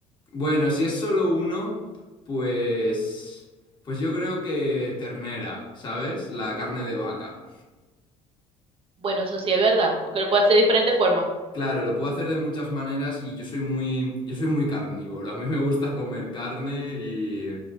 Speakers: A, on the left; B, on the right.
A: Bueno, si es solo uno, pues, pues yo creo que ternera, ¿sabes? La carne de vaca.
B: Bueno, eso sí es verdad, porque lo puedes hacer de diferentes formas.
A: Claro, lo puedo hacer de muchas maneras y yo soy muy, yo soy muy carnívoro. A mí me gusta comer carne y,